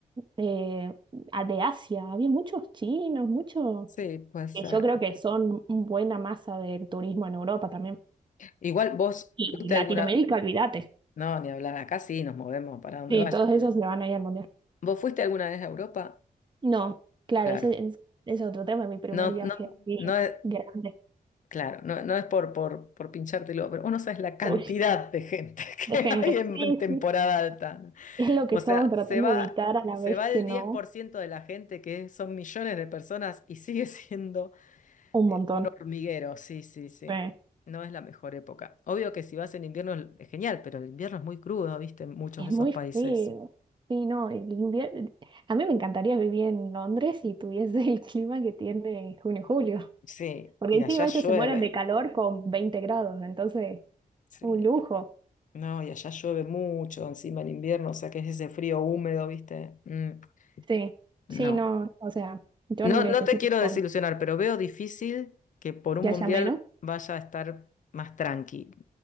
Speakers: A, on the right; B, on the left.
A: eh, a- de Asia, había muchos chinos, muchos
B: Sí, pues.
A: que yo creo que son buena masa del turismo en Europa también.
B: Igual vos
A: Y
B: fuiste
A: Latinoamérica,
B: alguna.
A: olvídate.
B: No, ni hablar acá, sí, nos movemos para donde
A: Sí,
B: vaya.
A: todos esos se van a ir al mundial.
B: ¿Vos fuiste alguna vez a Europa?
A: No, claro,
B: Claro.
A: ese es, es otro tema, mi primer
B: No,
A: viaje
B: no,
A: así
B: no es,
A: grande,
B: claro, no, no es por, por, por pinchártelo, pero uno sabe la cantidad
A: uy,
B: de gente <laughs>
A: de
B: que
A: gente.
B: hay en,
A: Sí,
B: en temporada
A: sí,
B: alta. ¿no?
A: es lo que
B: O
A: estamos
B: sea,
A: tratando
B: se va,
A: de evitar a la
B: se
A: vez
B: va
A: que
B: el
A: no,
B: diez por ciento de la gente, que son millones de personas, y sigue <laughs> siendo
A: un montón.
B: un hormiguero, sí, sí, sí.
A: Sí.
B: No es la mejor época. Obvio que si vas en invierno es es genial, pero el invierno es muy crudo, ¿viste? En muchos
A: Es
B: de esos
A: muy
B: países.
A: frío. Sí, no, el invierno... A mí me encantaría vivir en Londres si tuviese el clima que tiene en junio, julio.
B: Sí,
A: Porque
B: y
A: encima
B: allá
A: ellos
B: llueve.
A: se mueren de calor con 20 grados, entonces
B: Sí.
A: Un lujo,
B: No, y allá llueve mucho, encima en invierno, o sea que es ese frío húmedo, ¿viste? Mm,
A: sí.
B: no.
A: Sí, no, o sea, yo
B: No,
A: necesito
B: no te quiero
A: sol,
B: desilusionar, pero veo difícil que por un
A: que haya
B: mundial
A: menos,
B: vaya a estar más tranqui.